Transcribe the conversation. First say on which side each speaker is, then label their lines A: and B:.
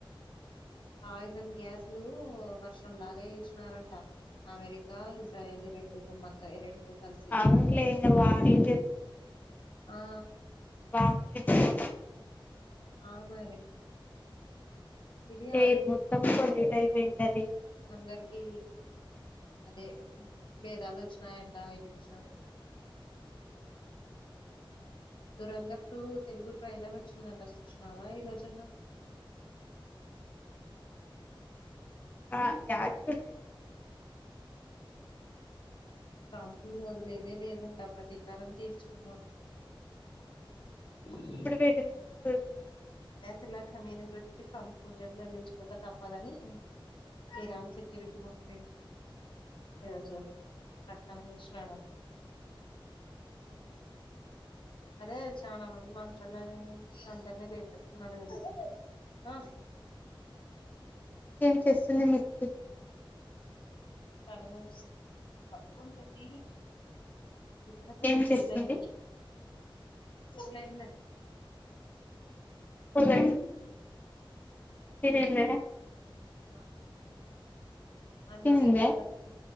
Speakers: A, on the left; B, on the left.
A: poison గ్యాస్లు వర్షం లాగ ఇష్నానారంట అమెరి కా ఇజ్రాయల్ ది రెండు గుుమ్మక్కయి రెండు కలిసి
B: అవునులే ఇంగ వార్లు
A: ఆ
B: బాంబులు <inaudible>
A: ఆ మరి ఇది
B: ఎయిర్
A: ఆయిల్ విషయంలో
B: మొత్తం పొల్యూట్
A: ఏదో
B: అయిపోయింటది
A: అందరికీ అదే భేదాలోచ్చినయంట <inaudible> విషయంలో దూరందర్ టూ తెలుగు ట్రైలర్ వచ్చిందంట సూస్నావా ఈ రోజన్నా హ్మ్
B: ఆ యాచ <inaudible> <inaudible>
A: ట్రంప్ ను వదిలేదే లేదన్ ట ప్రతీకారం తీర్చుకుంటాం <unintelligible>
B: ఇప్పుడు వేటి న్యూస్ చదువుతున్నావా
A: తిలాఖమ్యూని మృతికి ట్రంప్ మూల్యం చెల్లించుకోక తప్పదని తీరాన్ సెక్యూరిటీ మంత్రి ఈరోజు ప్రకటన చేషు పోయాడంట అదే చాలా మంది మంత్రులని అందరినీ చేపిస్తున్నాడు కద ఆ
B: ఏం చేస్తుంది మిచెల్
A: తను పడుకుంటుంది ఇద్ద్రకు
B: ఏం చేస్తుంది
A: వెల ఉంది లా ఎంతమ
B: పోద తినిందా
A: ఆ అందుకే
B: తినిందా
A: బాగాచ్చ